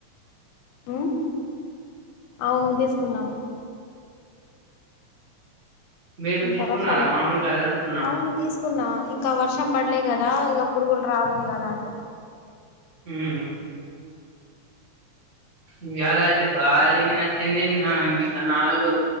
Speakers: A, on the left; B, on the right.
A: ఉమ్ అవును తీస్ కున్నాం.
B: మీరు
A: ఇంకావర్షాల్
B: తీసుకున్నారా మామిడికాయలు అడుగుతున్నా
A: అవును తీస్ తీసుకున్నా ఇంకా వర్షం పడలే కదా ఇగ పురుగులు రావు ఇగ దాంట్లో
B: హ్మ్ ఇయ్యాల అయితే గాలిని వచ్చింది నాగిట్లా నాలుగు